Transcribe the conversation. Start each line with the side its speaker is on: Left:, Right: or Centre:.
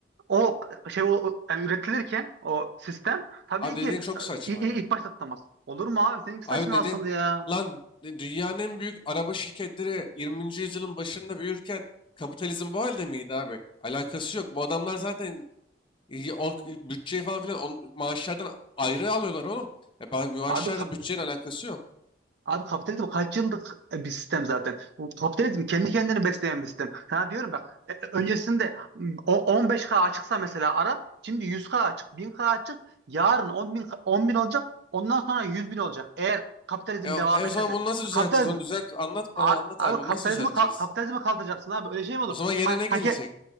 Right: o şey o, yani üretilirken o sistem tabii
Left: Abi dediğin
Right: ki
Left: çok saçma
Right: i- i-
Left: ya.
Right: ilk başta tutamaz. Olur mu abi? Seninki
Left: Abi
Right: saçma
Left: dediğin
Right: asıl ya.
Left: lan e, dünyanın en büyük araba şirketleri 20. yüzyılın başında büyürken kapitalizm bu halde miydi abi? Alakası yok. Bu adamlar zaten e, o bütçeyi falan filan on, maaşlardan ayrı alıyorlar oğlum. E, ben- maaşlarla
Right: Abi ka-
Left: bütçenin alakası yok.
Right: Abi kapitalizm kaç yıllık e, bir sistem zaten. Bu kapitalizm kendi kendini besleyen bir sistem. Sana diyorum bak e- e, öncesinde m, o- 15K açıksa mesela ara şimdi 100K açık, 1000K açık, yarın 10 bin, 10 bin olacak, ondan sonra 100 bin olacak. Eğer kapitalizm
Left: E,
Right: devam
Left: o- e
Right: ederse.
Left: o zaman bunu nasıl düzelteceğiz?
Right: Kapitalizm
Left: Onu düzelt anlat
Right: a-
Left: bana anlat
Right: abi
Left: abi. Bunu
Right: kapitalizmi
Left: nasıl düzelteceğiz?
Right: ka- kapitalizmi kaldıracaksın abi öyle şey mi olur?
Left: O zaman yerine
Right: Ha,
Left: ne gelecek?
Right: hak, e-